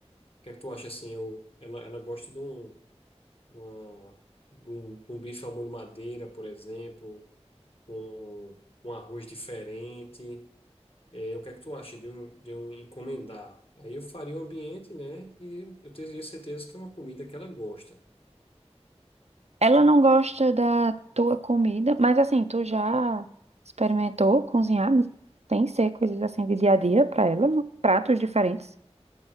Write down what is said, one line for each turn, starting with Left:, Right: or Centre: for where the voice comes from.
Left: que é que tu acha assim? Eu, ela, ela gosta de um, de uma, de um, de um bife ao molho madeira, por exemplo, com um arroz diferente. É, o que é que tu acha de eu, de eu encomendar? Aí eu faria o ambiente, né? E eu teria certeza que é uma comida que ela gosta.
Right: Ela não gosta da tua comida, mas assim, tu já experimentou cozinhar? Tem que ser coisas assim de dia a dia para ela, não? pratos diferentes.